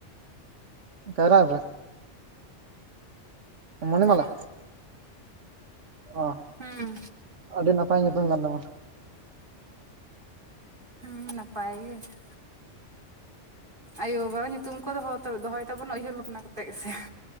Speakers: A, on the right; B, on the right.
A: ᱠᱟᱭᱨᱟ ᱮᱵ ᱨᱮ ᱾ ᱢᱚᱱᱤ
B: ᱦᱩᱸ
A: ᱢᱟᱞᱟ᱾ ᱚ,
B: ᱦᱩᱸ
A: ᱟᱹᱰᱤ ᱱᱟᱯᱟᱭ ᱧᱩᱛᱩᱢ ᱠᱟᱱ ᱛᱟᱢᱟ᱾
B: ᱦᱩᱸ ᱱᱟᱯᱟᱭ ᱜᱮ ᱾ ᱟᱭᱳᱼᱵᱟᱵᱟ ᱧᱩᱛᱩᱢ ᱠᱚ ᱫᱚ ᱫᱚᱦᱚᱭ ᱛᱟᱵᱚᱱᱟ ᱩᱭᱦᱟᱹᱨ ᱵᱷᱟᱵᱽᱱᱟ ᱠᱟᱛᱮᱫ ᱜᱮᱥᱮ᱾